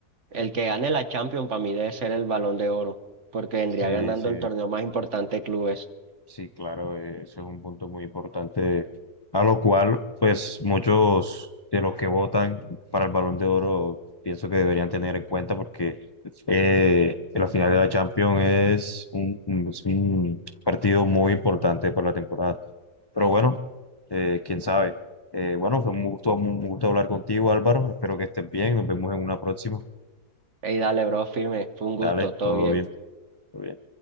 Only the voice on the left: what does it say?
sí,
sí.
Sí, claro, eh, ese es un punto muy importante, a lo cual, pues, muchos de los que votan para el Balón de Oro pienso que deberían tener en cuenta porque eh, la final de la Champions es un, un- es un partido muy importante para la temporada. Pero bueno, eh, quién sabe. Eh, bueno, fue un gusto, un gusto hablar contigo, Álvaro. Espero que estés bien. Nos vemos en una próxima.
Dale,
todo
bien. Todo bien.